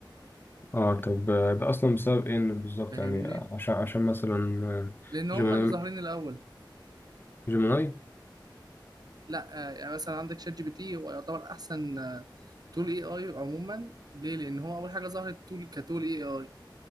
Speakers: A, on the left; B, on the right.
A: اه طب آه، ده اصلا بسبب ايه إن بالظبط
B: فاهمني
A: يعني آه، عشان عشان مثلا آه،
B: لأن هم
A: جيميناي
B: اللي ظاهرين الأول
A: جيميناي
B: لا آه، يعني مثلا عندك شات جي بي تي هو يعتبر أحسن آه، تول اي اي عموما ليه لان هو اول حاجه ظهرت تول كتول اي اي